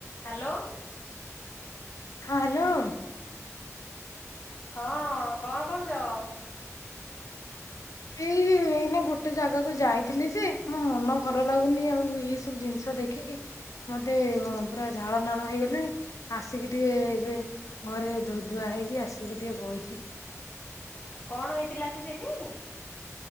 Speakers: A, on the left (about 40°); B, on the left (about 80°).
A: ହାଲୋ।
B: ହଁ ହାଲୋ।
A: ହଁ କଣ କରୁଛ?
B: ଏଇ ଏଇନା ଗୋଟେ ଜାଗାକୁ ଯାଇଥିଲି ଯେ ମୋ ମନ ଭଲ ଲାଗୁନି ଆଉ ଏଇ ସବୁ ଜିନିଷ ଦେଖିକି ମତେ ପୁରା ଝାଳ ନାଳ ହେଇଗଲିଣି ଆସିକି ଟିକେ ଏବେ ଘରେ ଧୋଇଧୁଆ ହେଇକି ଆସିକି ଟିକେ ବଇଛି।
A: କଣ ହେଇଥିଲା କି ସେଇଠି?